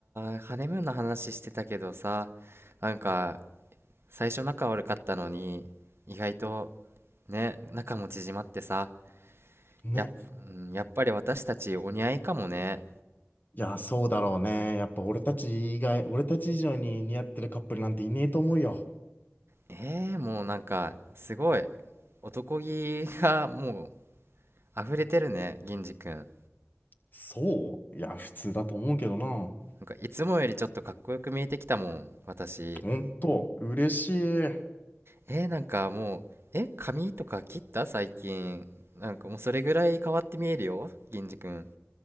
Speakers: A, on the right; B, on the left.
A: ー、ハネムーンの話してたけどさ、なんか、最初仲悪かったのに、意外とね、仲も縮まってさ、
B: ね。
A: やっ、うんやっぱり私たちお似合いかもね。
B: いや、そうだろうね。やっぱ俺たち以外、俺たち以上に似合ってるカップルなんていねえと思うよ。
A: えー、もうなんか、すごい。男気がもう溢れてるね、銀次くん。
B: そういや、普通だと思うけどな。
A: なんかいつもよりちょっとかっこよく見えてきたもん、私。
B: ほんと、嬉しい。
A: えー、なんかもう、え、髪とか切った最近。なんかもうそれぐらい変わって見えるよ、銀次くん。